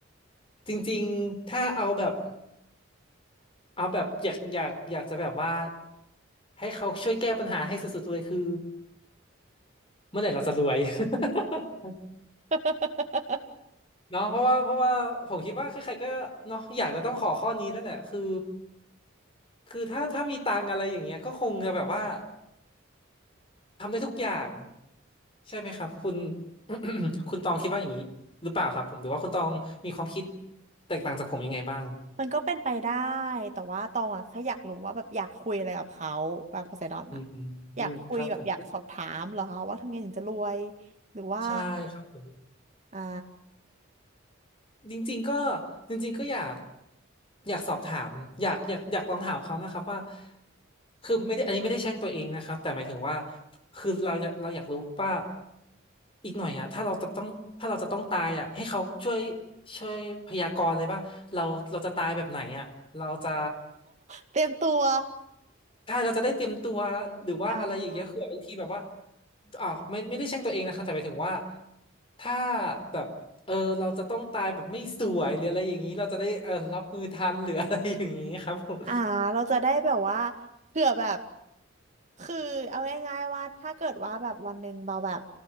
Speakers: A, on the left (about 25°); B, on the right (about 35°).
A: จริงๆ ถ้าเอาแบบเอาแบบอยากอยากอยากจะแบบว่าให้เขาช่วยแก้ปัญหาให้สุดๆเลยคือเมื่อไหร่เราจะรวย <laughs>
B: <laughs>
A: เนาะเพราะว่าเพราะว่าผมคิดว่าใครๆก็เนาะอยากจะต้องขอข้อนี้แล้วแหละคือคือถ้าถ้ามีตังค์อะไรอย่างเงี้ยก็คงจะแบบว่าทำได้ทุกอย่างใช่ไหมครับคุณ <coughs> คุณตองคิดว่าอย่างนี้หรือเปล่าครับผมหรือว่าคุณตองมีความคิดแตกต่างจากผมยังไงบ้าง
B: มันก็เป็นไปได้แต่ว่าตองอะแค่อยากรู้ว่าแบบอยากคุยอะไรกับเขาแบบโพไซดอนอะ
A: อืมอืมอืมครับผม
B: อยากคุยแบบอยากสอบถามเหรอคะว่าทำไงถึงจะรวยหรือว่า
A: ใช่ครับผม
B: อ่า <laughs>
A: จริงๆก็จริงๆก็อยากอยากสอบถามอยากอยากอยากลองถามเขานะครับว่าคือไม่ได้อันนี้ไม่ได้แช่งตัวเองนะครับแต่หมายถึงว่าคือเราอยากเราอยากรู้ว่าอีกหน่อยอะถ้าเราจะต้องถ้าเราจะต้องตายอะให้เขาช่วยช่วยพยากรณ์เลยว่าเราเราจะตายแบบไหนอะเราจะ
B: เตรียมตัว
A: ใช่เราจะได้เตรียมตัวหรือว่าอะไรอย่างเงี้ยคือบางทีแบบว่า
B: อ่า
A: อ่าไม่ไม่ได้แช่งตัวเองนะคะแต่หมายถึงว่าถ้าแบบเออเราจะต้องตายแบบไม่สวยหรืออะไรอย่างนี้เราจะได้เออรับมือทันหรืออะไรอย่างนี้ครับผม
B: อ่าเราจะได้แบบว่าเผื่อแบบ คือเอาง่ายๆว่าถ้าเกิดว่าแบบวันหนึ่งเราแบบ